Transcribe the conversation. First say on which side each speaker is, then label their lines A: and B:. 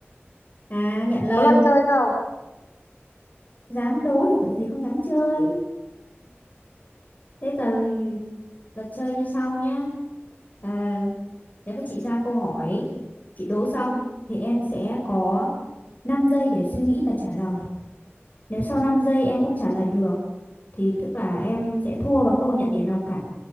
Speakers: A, on the left; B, on the left.
A: À, nhận lời
B: có luật
A: luôn.
B: chơi không?
A: Dám đố thì tự gì không dám chơi. Thế giờ ừ, luật chơi như sau nhá. À, nếu mà chị ra câu hỏi, chị đố xong thì em sẽ có 5 giây để suy nghĩ và trả lời. Nếu sau 5 giây em không trả lời được thì tức là em sẽ thua và không được nhận điểm nào cả.